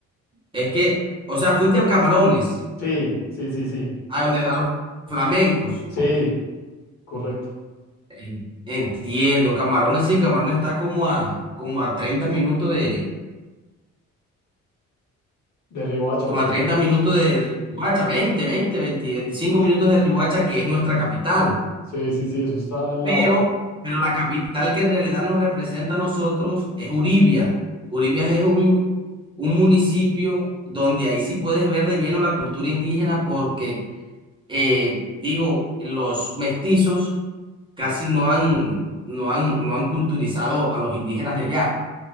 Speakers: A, on the right; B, on the left.
A: es que, o sea, fuiste a Camarones,
B: Sí, sí, sí, sí,
A: a donde a los flamencos.
B: sí, correcto.
A: En- Entiendo, Camarones sí, Camarones está como a, como a 30 minutos de,
B: ¿De Riohacha
A: como
B: o qué?
A: a 30 minutos de, de Riohacha, 20 20, 20, 25 minutos de Riohacha, que es nuestra capital.
B: Sí, sí, sí, eso está al
A: Pero,
B: lado.
A: pero la capital que en realidad nos representa a nosotros es Uribia. Uribia es un, un municipio donde ahí sí puedes ver de lleno la cultura indígena porque, eh, digo, los mestizos casi no han, no han, no han culturizado a los indígenas de allá.